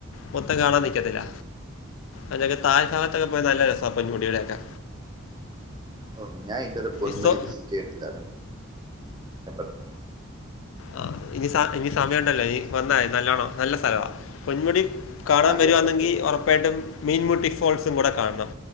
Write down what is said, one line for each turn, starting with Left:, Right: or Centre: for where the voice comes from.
Left: മൊത്തം കാണാൻ നിക്കത്തില്ല അതിന്റെ താഴ് ഭാത്തൊക്കെ പോയാ നല്ല രസ പൊൻമുടിടെക്കെ
Right: ഓ ഞാൻ ഇതുരെ പൊന്മടി
Left: ഇസോ
Right: വിസിറ്റ് ചെയ്ട്ടില്ല. <unintelligible>
Left: ആ ഇനി ഇനി സമയം ഉണ്ടല്ലോ ഇനി വന്ന മതി. നല്ലോണം നല്ല സ്ഥലവാ പൊന്മുടി കാണാൻ
Right: ആണല്ലേ
Left: വരുവാന്നെങ്കിൽ
Right: ഓക്കെ ഓക്കെ
Left: ഉറപ്പായിട്ടും മീൻമുട്ടി ഫോൾസും കൂടെ കാണണം